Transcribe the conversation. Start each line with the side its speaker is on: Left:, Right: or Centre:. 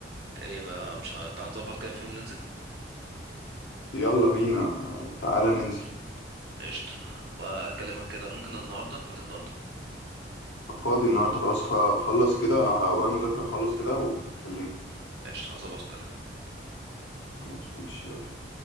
Right: يبقى مش ع- تعال نظبط كده في يوم ننزل
Left: يلا بينا آه، تعالى ننزل
Right: قشطة بكلمك كده ممكن النهاردة فاضي النهاردة
Left: فاضي النهارده خلاص خ- خلص كده انا ورايا مذاكرة خلص كده وكلمني
Right: قشطة هظبط اكلمك
Left: خلاص ماشي يلا